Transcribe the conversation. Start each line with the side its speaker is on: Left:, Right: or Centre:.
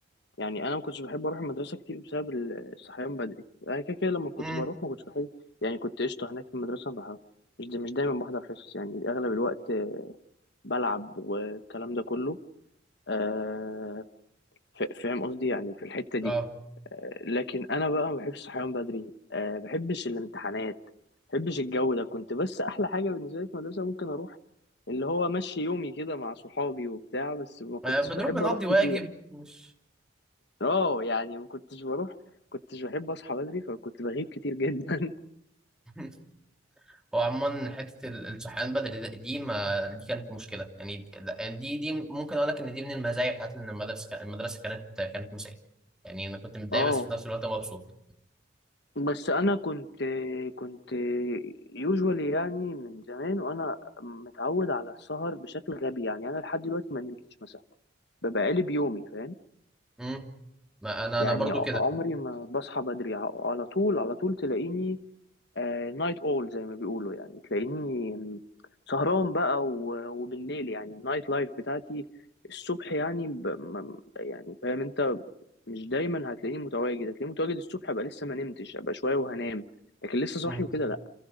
Left: يعني انا ما كنتش بحب اروح المدرسة كتير بسبب ال- الصحيان بدري انا كده كده لما كنت
Centre: امم
Left: بروح ما كنتش بحب يعني كنت قشطة هناك في المدرسة بح- مش مش دايما بحضر حصص يعني اغلب الوقت آه، بلعب والكلام ده كله آه، ف- فاهم قصدي يعني في الحتة دي
Centre: اه
Left: آه، لكن أنا بقى ما بحبش الصحيان بدري آه، ما بحبش الامتحانات ما بحبش الجو ده كنت بس أحلى حاجة بالنسبة لي في المدرسة ممكن أروح اللي هو مشي يومي كده مع صحابي وبتاع بس ما كنتش
Centre: آه، بنروح
Left: بحب
Centre: بنقضي
Left: أروح
Centre: واجب
Left: كتير
Centre: مش
Left: اه يعني ما كنتش بروح كنتش بحب أصحى بدري فكنت بغيب كتير جدا
Centre: <laughs> هو عموما حته ال- الصحيان بدري ده- دي ما دي كانت مشكله يعني دي يعني دي دي ممكن اقول لك ان دي من المزايا بتاعت ان المدرسه كان- المدرسه كانت كانت مسائيه يعني انا كنت
Left: <laughs>
Centre: متضايق
Left: اه
Centre: بس في نفس الوقت مبسوط
Left: بس أنا كنت كنت يوجوالي يعني من زمان وأنا متعود على السهر بشكل غبي يعني أنا لحد دلوقتي ما نمتش مثلا ببقى قالب يومي فاهم
Centre: امم ما انا
Left: يعني
Centre: انا برضو
Left: ع- عمري ما بصحى بدري ع- على طول على طول تلاقيني نايت اول زي ما بيقولوا يعني تلاقيني سهران بقى و- وبالليل يعني النايت لايف بتاعتي الصبح يعني ب... ما- يعني فاهم انت مش دايما هتلاقيني متواجد هتلاقيني متواجد الصبح ابقى لسه ما نمتش ابقى شويه وهنام لكن لسه صاحي
Centre: كده
Left: وكده لا